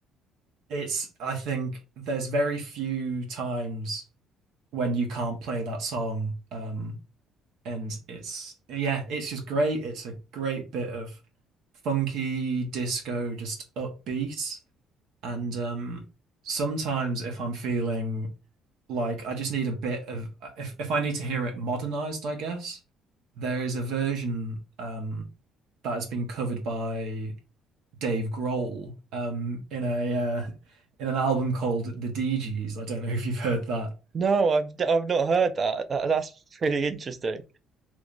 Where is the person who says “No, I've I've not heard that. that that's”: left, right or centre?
Right